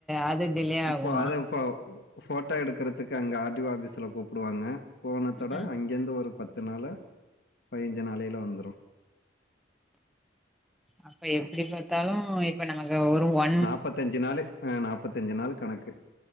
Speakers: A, in the centre; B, on the left.
A: அது டிலே
B: இப்போ
A: ஆகுமா
B: அத ஃபோ ஃபோட்டோ எடுக்கறதுக்கு அங்க ஆர்டிஓ ஆபீஸ்ல கூப் புடுவாங்க போனதோட
A: ம்
B: அங்கேருந்து ஒரு பத்து நாள பதிஞ்சு நாளைல வந்துரு
A: அப்ப எப்படி பாத்தாலு இப்ப நமக்கு ஒரு ஒ
B: நாப்பத்தஞ்சு நாளு நாப்பத்தஞ்சு நாள் கணக் கு